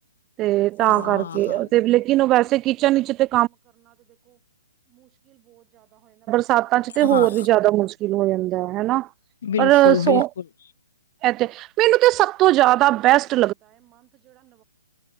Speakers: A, on the right; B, on the left.
A: ਤੇ ਤਾਂ
B: ਹਾਂ
A: ਕਰਕੇ
B: ਹਾਂ
A: ਤੇ ਲੇਕਿਨ ਉਹ ਵੈ ਕਿਚਨ ਵਿਚ ਤੇ ਸਾਤਾਂ ਚ ਤੇ
B: ਹਾਂ ਹਾਂ
A: ਹੋਰ ਵੀ ਜ਼ਿਆਦਾ ਮੁ ਹੋ ਜਾਂਦਾ <unintelligible> ਹਨਾ
B: ਬਿਲਕੁਲ
A: ਪਰ ਸੋ
B: ਬਿਲਕੁਲ
A: ਇਥ ਮੈਨੂੰ ਤੇ ਸਭ ਤੋਂ ਜ਼ਿਆਦਾ ਬੈਸਟ